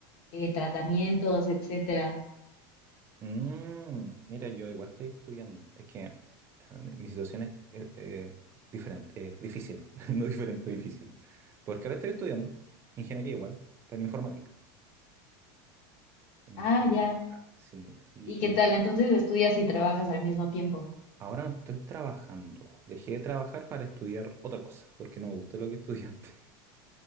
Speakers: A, on the left (about 45°); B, on the right (about 20°).
A: eh, tratamientos, etcétera.
B: Mm, mira, yo igual estoy estudiando. Es que eh, mi, mi situación es eh, eh, diferente, eh, difícil, <laughs> no diferente, difícil. Porque ahora estoy estudiando ingeniería igual, pero en informática. En informática,
A: Ah, ya.
B: sí. Y
A: ¿Y qué tal? Entonces estudias y trabajas al mismo tiempo.
B: Ahora no estoy trabajando. Dejé de trabajar para estudiar otra cosa, porque no me gustó lo que estudié antes.